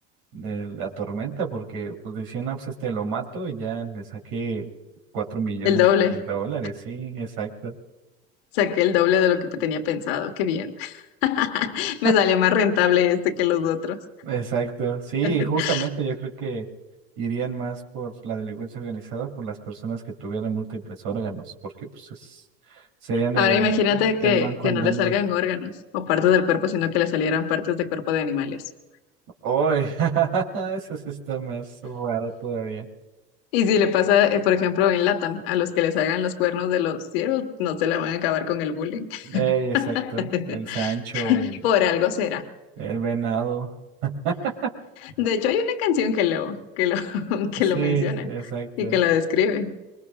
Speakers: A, on the right (about 75°); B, on the left (about 75°).
A: de la tormenta, porque pues decían, no, pues este lo mato y ya le saqué cuatro millones
B: el doble.
A: de dólares, sí, exacto.
B: Saqué el doble de lo que tenía pensado, qué bien. <laughs>
A: <laughs>
B: Me sale más rentable este que los otros.
A: Exacto, sí,
B: <laughs>
A: justamente yo creo que irían más por la delincuencia organizada, por las personas que tuvieran múltiples órganos, porque pues es- serían
B: Ahora
A: el,
B: imagínate que,
A: el banco
B: que
A: andando.
B: no le salgan órganos o partes del cuerpo, sino que le salieran partes de cuerpo de animales.
A: ¡Uy! <laughs> Eso sí está más raro todavía.
B: Y si le pasa, eh, por ejemplo, en LATAM, a los que les hagan los cuernos de los ciervos, no se la van a acabar con el bullying. <laughs>
A: Ey, exacto, el Sancho, el,
B: Por algo será.
A: el venado. <laughs>
B: De hecho, hay una canción que lo, que lo, <laughs> que
A: Sí,
B: lo menciona
A: exacto.
B: y que lo describe.